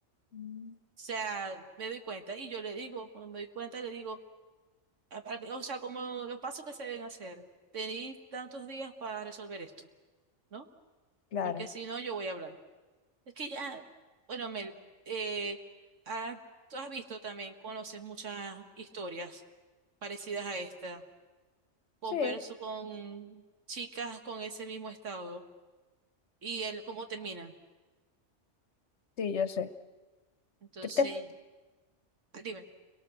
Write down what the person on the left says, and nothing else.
mm,
claro.
Sí,
sí, yo sé.
Te- te-